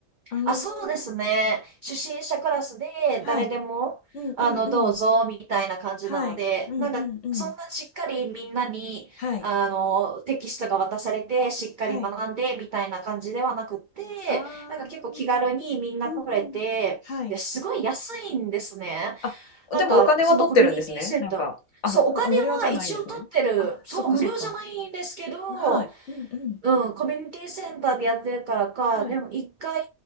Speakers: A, on the left (about 60°); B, on the right (about 75°).
A: うーん、
B: あ、そうですね。初心者クラスで誰でも、
A: はい、うんうんうん、
B: あの、どうぞ、みたいな感じなので、
A: はい、うんうんうん、
B: なんか、そんなしっかりみんなに、
A: はい、
B: あの、テキストが渡されて、しっかり学んで、
A: はい、
B: みたいな感じではなくって、
A: あー、
B: なんか結構気軽にみんな来れて、
A: うんうん、はい。
B: で、すごい安いんですね。
A: あ、
B: なんか、
A: でもお金は取ってるんですね。
B: そのコミュニティセンター。
A: なんか、あ、
B: そう、
A: そあ、
B: お金は一応取ってる。
A: 無料じゃないんですね。あ、
B: そう、
A: そっかそっか。
B: 無料じゃないんですけど、
A: はい。うんうん。
B: うん、コミュニティセンターでやってるからか、
A: はい。
B: でも一回、